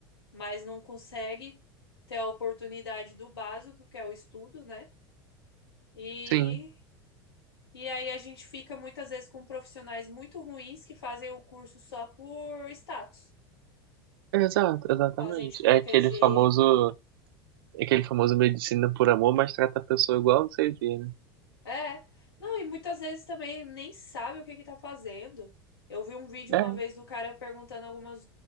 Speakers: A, on the left; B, on the right.
A: mas não consegue ter a oportunidade do básico, que é o estudo, né? E
B: sim.
A: E aí a gente fica muitas vezes com profissionais muito ruins que fazem o curso só por status.
B: Exato, exatamente.
A: Fazem de qualquer
B: É aquele
A: jeito.
B: famoso, é aquele famoso medicina por amor, mas trata a pessoa igual não sei o quê, né?
A: É. Não, e muitas vezes também nem sabe o que que tá fazendo. Eu vi um vídeo
B: É,
A: uma vez do cara perguntando algumas